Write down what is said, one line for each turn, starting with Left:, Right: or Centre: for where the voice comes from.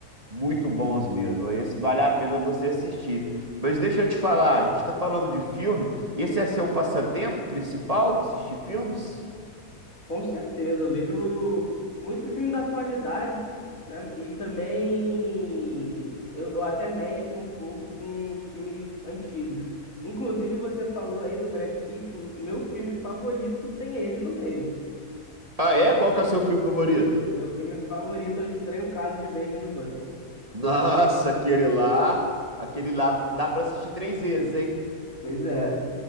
Right: muito bons mesmo. Esse vale a pena você assistir. Mas deixa eu te falar, a gente está falando de filme, esse é seu passatempo principal, assistir filmes?
Left: Com certeza, eu vejo muito filme da atualidade, né? E também eu, eu até mesclo um pouco com os filmes antigos. Inclusive, você falou aí do Brad Pitt, o meu filme favorito tem ele no meio.
Right: Ah, é? Qual que é o seu filme favorito?
Left: Meu filme favorito é O Estranho Caso de Benjamin Button.
Right: Nossa, aquele lá, aquele lá dá pra assistir três vezes, hein?
Left: Pois é.